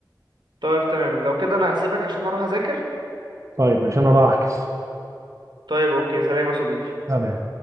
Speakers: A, on the right (about 80°); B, on the right (about 45°).
A: طيب تمام لو كده انا هسيبك عشان اروح اذاكر
B: طيب ماشي انا راح احجز
A: طيب اوكي سلام يا صديقي
B: سلام